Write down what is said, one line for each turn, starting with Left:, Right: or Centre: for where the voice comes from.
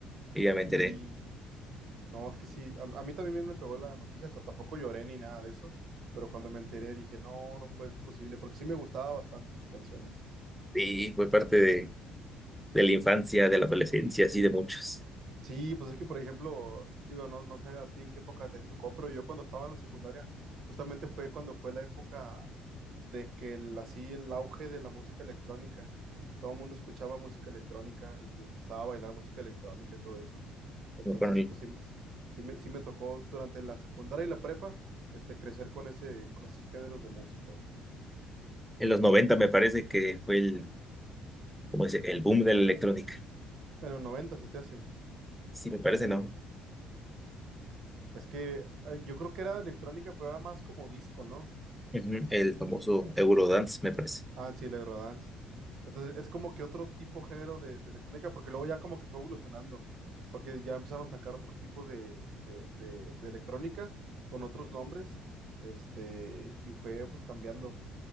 Centre: Y ya me enteré.
Right: Sí. No, es que sí, a, a mí también me pegó la noticia, o sea, tampoco lloré ni nada de eso, pero cuando me enteré dije, no, no puede ser posible, porque sí me gustaba bastante sus canciones.
Centre: sí fue parte de, de la infancia, de la adolescencia, así de muchos.
Right: Sí, pues es que, por ejemplo, digo, no, no sé a ti en qué época te tocó, pero yo cuando estaba en la secundaria, justamente fue cuando fue la época de que el, así el auge de la música electrónica, todo el mundo escuchaba música electrónica y empezaba a bailar música electrónica y todo eso. Entonces,
Centre: Me acuerdo en,
Right: pues sí, me- sí me, sí me tocó durante la secundaria y la prepa, este, crecer con ese, con esos géneros de música.
Centre: en los 90 me parece que fue el, como dice, el boom de la electrónica.
Right: En los 90 se te hace.
Centre: Sí, me parece, ¿no?
Right: Es que eh, yo creo que era electrónica, pero era más como disco, ¿no?
Centre: Ujú, El famoso Eurodance, me parece.
Right: Ah, sí, el Eurodance. Entonces, es como que otro tipo género de, de electrónica, porque luego ya como que fue evolucionando, porque ya empezaron a sacar otros tipos de, de, de, de electrónica con otros nombres, este, y fue pues cambiando.